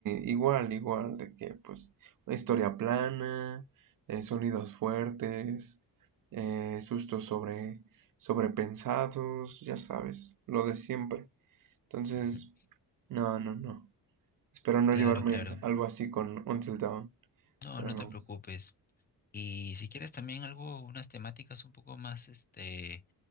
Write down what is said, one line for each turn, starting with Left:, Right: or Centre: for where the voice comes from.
Right: igual, igual, de que pues una historia plana, eh, sonidos fuertes, eh, sustos sobre, sobrepensados, ya sabes, lo de siempre. Entonces,
Left: <laughs>
Right: no, no, no. Espero no
Left: Claro,
Right: llevarme
Left: claro.
Right: algo así con Until Dawn.
Left: No,
Right: Pero...
Left: no te preocupes. Y si quieres también algo, unas temáticas un poco más, este,